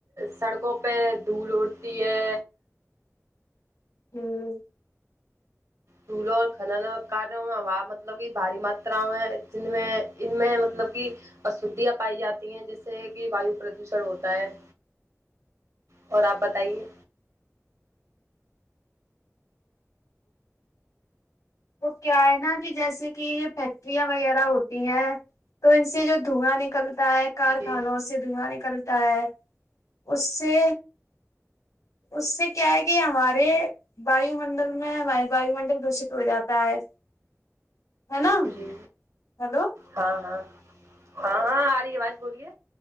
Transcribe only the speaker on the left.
ہوں
وہ کیا ہے نا کہ جیسے کہ یہ بریاں وغیرہ ہوتی ہیں تو ان سے جو دھواں نکل تا ہے کارخانوں
سے دھویا نکلتا ہے اس سے اس سے کیا ہے کہ ہمارے وایو منڈل میں وای منڈل دشت ہو جاتا ہے ہے نا
ہیلو